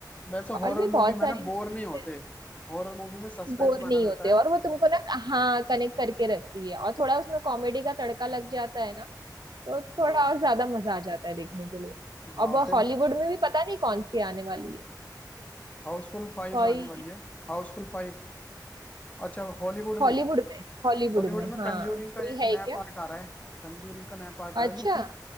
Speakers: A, on the left; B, on the right.
A: वैसे हॉरर
B: और भी
A: मूवी
B: बहुत
A: में
B: सारी
A: ना
B: मूवीज
A: बोर नहीं होते
B: है
A: हॉरर मूवी में सस्पेंस
B: बोर
A: बना
B: नहीं
A: रहता
B: होते
A: है
B: और वो तुमको ना हाँ कनेक्ट करके रखती है और थोड़ा उसमें कॉमेडी का तड़का लग जाता है ना तो थोड़ा
A: हाँ
B: और ज्यादा मजा आ जाता है देखने के लिए
A: हाँ
B: अब
A: फिर
B: हॉलीवुड में भी पता नहीं कौन सी आने वाली है
A: हाउसफुल फाइव
B: कोई
A: आने वाली है हाउसफुल फाइव अच्छा हॉलीवुड
B: हॉलीवुड
A: में
B: में हॉलीवुड
A: हॉलीवुड
B: में
A: में
B: हाँ
A: कंजूरिंग का
B: कोई
A: एक
B: है
A: नया
B: क्या
A: पार्ट आ रहा है कंजूरिंग का नया पार्ट आ रहा
B: अच्छा
A: है लेकिन